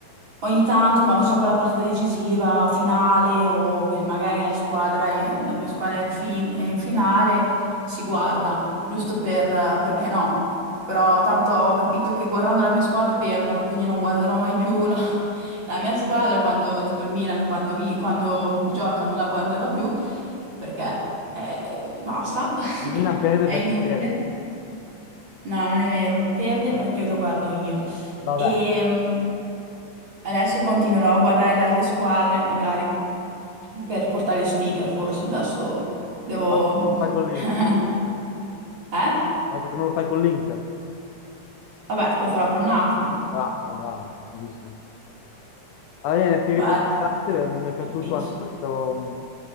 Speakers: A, on the right (about 35°); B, on the left (about 80°).
A: ogni tanto quando c'è quella partita decisiva, finale o che magari la squadra, è- la mia squadra è in, fin- è in finale, si guarda, giusto per, eh, perché no. Però tanto ho capito che guardando la mia squadra perdono, quindi non guarderò mai più la, <laughs> la mia squadra quando, tipo il Milan, quando, vi- quando gioca non la guarderò più perché eh, basta,
B: La Milan
A: <laughs>
B: perde
A: è
B: perché
A: inutile.
B: perde.
A: No, non è vero, perde
B: Mm.
A: perché lo guardo io.
B: Vabbè,
A: E mm, adesso continuerò a guardare le altre squadre, magari per portargli sfiga, forse. Adesso devo...
B: basta che non lo fai con l'Inter.
A: <laughs> Eh?
B: Basta che non lo fai con l'Inter.
A: Vabbè, lo farò col Napoli.
B: Bravo, bravo, così sì. Va bene, ti ringrazio,
A: Vai,
B: eh, mi, mi è piaciuto
A: ci penso.
B: anche questo,